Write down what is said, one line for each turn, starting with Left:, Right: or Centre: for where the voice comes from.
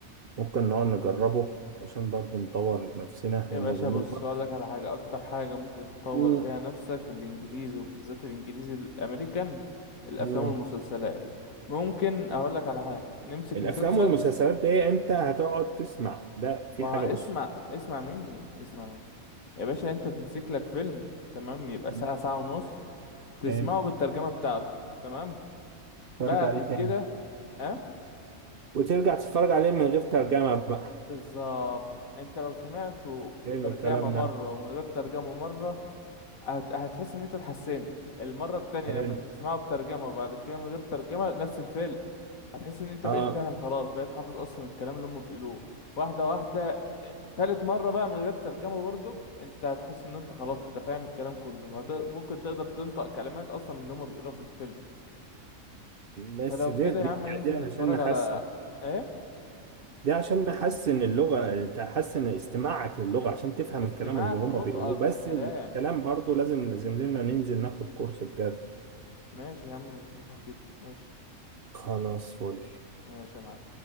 Right: ممكن نقعد نجربه عشان برضو نطور نفسنا
Left: يا
Right: ون...
Left: باشا
Right: ون...
Left: بص اقول لك على حاجه اكتر حاجه ممكن تطور
Right: مم.
Left: بيها نفسك في الانجليزي وبالذات الانجليزي الامريكان الافلام
Right: مم.
Left: والمسلسلات ممكن اقول لك على حاجه نمسك
Right: الأفلام
Left: مسلسل
Right: والمسلسلات دي أنت هتقعد تسمع ده
Left: ما
Right: في حاجة بص
Left: اسمع اسمع مني اسمع مني يا باشا انت تمسك لك فيلم تمام يبقى
Right: مم.
Left: ساعة ساعة ونص تسمعه
Right: إيه،
Left: بالترجمة بتاعته تمام بعد
Right: اتفرج عليه تاني
Left: كده اه
Right: وترجع تتفرج عليه من غير ترجمة بقى
Left: بالظبط انت لو سمعته بترجمة
Right: حلو الكلام
Left: مرة
Right: ده
Left: ومن غير ترجمة مرة هت... هتحس ان انت اتحسنت المرة التانية
Right: حلو.
Left: لما تسمعه بترجمة وبعد كده من غير ترجمة نفس الفيلم هتحس ان انت
Right: اه
Left: بقيت فاهم خلاص بقيت حافظ اصلا الكلام اللي هم بيقولوه واحدة واحدة اه، تالت مرة بقى من غير ترجمة برضك انت هتحس ان انت خلاص انت فاهم الكلام كله وهت... ممكن تقدر تنطق كلمات اصلا من اللي هم بيقولوها في الفيلم
Right: بس
Left: فلو
Right: دي
Left: كده
Right: دي,
Left: يا عم ننزل
Right: دي عشان
Left: نتفرج
Right: نحسن
Left: على ايه
Right: دي عشان نحسن اللغة تحسن استماعك للغة عشان تفهم
Left: استماعك
Right: الكلام اللي هم
Left: ونطقك
Right: بيقولوه بس
Left: للكلام
Right: الكلام برضو لازم لازم لنا ننزل ناخد كورس بجد
Left: ماشي يا عم نظبطها كده ماشي
Right: خلاص فل
Left: ماشي يا معلم